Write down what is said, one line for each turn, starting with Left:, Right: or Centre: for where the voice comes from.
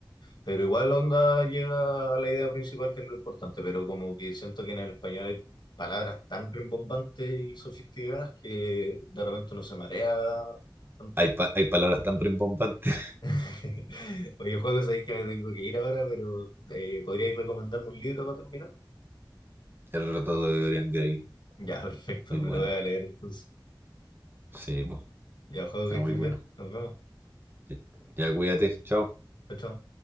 Left: Pero igual onda llega a la idea principal que es lo importante, pero como que siento que en el español hay palabras tan rimbombantes y sofisticadas que de repente uno se marea tanto.
Right: Hay, pa- hay palabras tan rimbombantes.
Left: <laughs> Oye, juego, sabéis que me tengo que ir ahora, pero eh, ¿podríais recomendarme un libro para terminar?
Right: El retrato de Dorian Gray.
Left: Ya, <laughs> perfecto,
Right: Muy bueno.
Left: me lo voy a leer entonces.
Right: Sí, pues.
Left: Ya, juego,
Right: Está
Left: que estés
Right: muy bueno.
Left: bien. Nos vemos.
Right: Ya, ya, cuídate. Chao.
Left: Chao. chao.